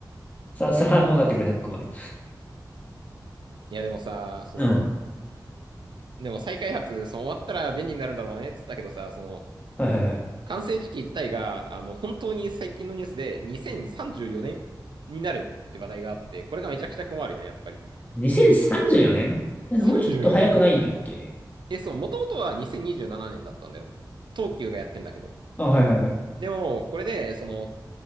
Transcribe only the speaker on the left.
さ、それはもうなってくれなく困る。
うん。
はいはいはい。
2034年もうちょっと早くないんだっけ
あ、はいはいはい。